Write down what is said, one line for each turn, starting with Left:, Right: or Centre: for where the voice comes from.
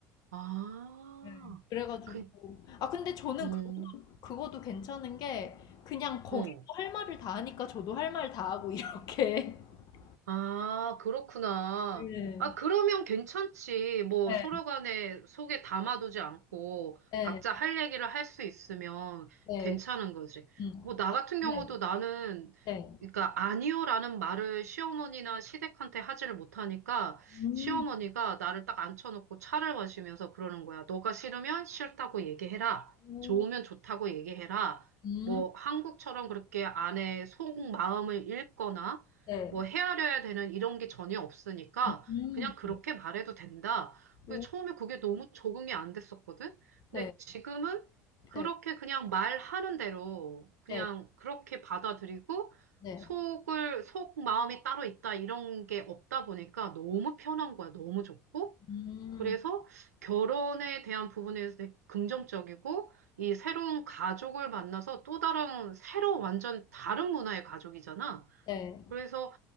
Right: 아.
Left: 네. 그래가지고
Right: 그,
Left: 아 근데 저는
Right: 음,
Left: 그것도 그것도 괜찮은 게 그냥 거기서
Right: 응.
Left: 할 말을 다 하니까 저도 할 말 다 하고 이렇게 <laughs>
Right: 아, 그렇구나.
Left: 네.
Right: 아, 그러면 괜찮지. 뭐,
Left: 네.
Right: 서로 간에 속에 담아두지 않고
Left: 네,
Right: 각자 할 얘기를 할 수 있으면
Left: 네,
Right: 괜찮은 거지.
Left: 음,
Right: 뭐, 나 같은
Left: 네,
Right: 경우도 나는,
Left: 네,
Right: 그러니까, 아니요라는 말을 시어머니나 시댁한테 하지를 못하니까
Left: 음,
Right: 시어머니가 나를 딱 앉혀놓고 차를 마시면서 그러는 거야. 너가 싫으면 싫다고 얘기해라.
Left: 오,
Right: 좋으면 좋다고 얘기해라.
Left: 음,
Right: 뭐, 한국처럼 그렇게 아내의 속마음을 읽거나
Left: 네,
Right: 뭐 헤아려야 되는 이런 게 전혀 없으니까
Left: 음,
Right: 그냥 그렇게
Left: 네,
Right: 말해도 된다.
Left: 오,
Right: 그 처음에 그게 너무 적응이 안 됐었거든?
Left: 네,
Right: 근데 지금은 그렇게
Left: 네,
Right: 그냥 말하는 대로 그냥
Left: 네,
Right: 그렇게 받아들이고
Left: 네,
Right: 속을, 속 마음이 따로 있다 이런 게 없다 보니까 너무 편한 거야. 너무 좋고.
Left: 음,
Right: 그래서 결혼에 대한 부분에서 되게 긍정적이고 이 새로운 가족을 만나서 또 다른 새로 완전 다른 문화의 가족이잖아.
Left: 네,
Right: 그래서